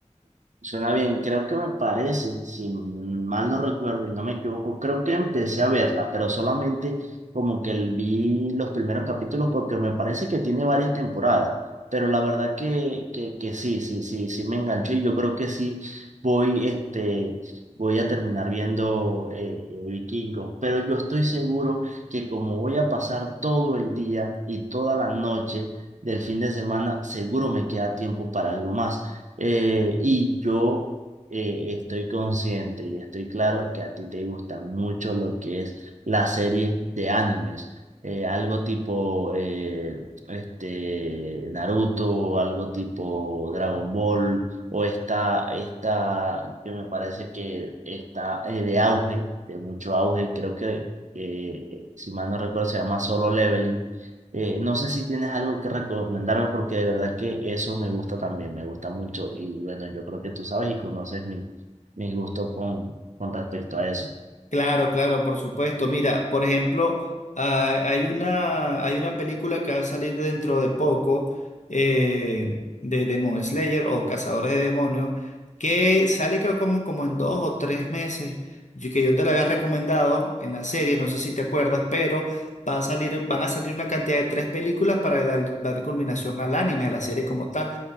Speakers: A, on the right; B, on the left.
A: Suena bien, creo que me parece, si mal no recuerdo y no me equivoco, creo que empecé a verla, pero solamente como que el- vi los primeros capítulos porque me parece que tiene varias temporadas, pero la verdad que, que, que sí, sí, sí, sí me enganchó y yo creo que sí voy, este, voy a terminar viendo eh, eh, Vikingos, pero yo estoy seguro que como voy a pasar todo el día y toda la noche del fin de semana, seguro me queda tiempo para algo más. Eh, y yo eh, estoy consciente y estoy claro que a ti te gusta mucho lo que es la serie de animes, Eh, algo tipo eh, este, Naruto, algo tipo Dragon Ball, o esta, esta que me parece que está eh, de auge, de mucho auge, creo que eh, si mal no recuerdo se llama Solo Leveling eh, no sé si tienes algo que recomendarme porque de verdad que eso me gusta también, me gusta mucho y bueno, yo creo que tú sabes y conoces mi, mi gusto con, con respecto a eso.
B: Claro, claro, por supuesto. Mira, por ejemplo, ah, hay una, hay una película que va a salir dentro de poco eh, de Demon Slayer o Cazadores de Demonios, que sale creo como, como en dos o tres meses, yo- que yo te la había recomendado en la serie, no sé si te acuerdas, pero va a salir, van a salir una cantidad de tres películas para dar, dar culminación al anime, a la serie como tal.